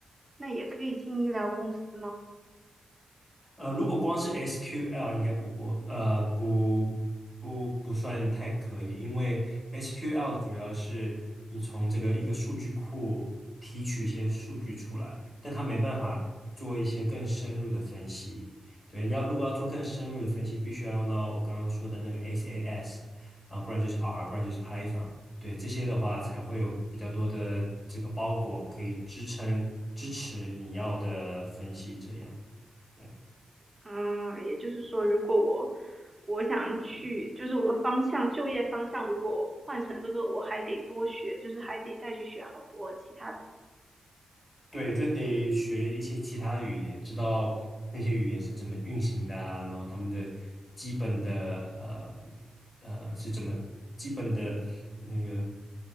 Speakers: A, on the right (about 25°); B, on the left (about 35°).
A: 那也可以进医疗公司吗？
B: 呃，如果光是 SQL 应该不过，呃，不不不算太可以，因为 SQL 主要是你从这个一个数据库提取一些数据出来，但它没办法做一些更深入的分析。对，要如果要做更深入的分析，必须要用到我刚刚说的那个 SAS 啊，不然就是 R，不然就是 Python。对，这些的话才会有比较多的这个包裹可以支撑支持你要的分析这样。对。
A: 嗯，也就是说，如果我我想去，就是我方向就业方向，如果换成这个，我还得多学，就是还得再去学好多其他的
B: 对，就得学一些其他的语言，知道那些语言是怎么运行的啊，然后他们的基本的呃呃是怎么基本的那个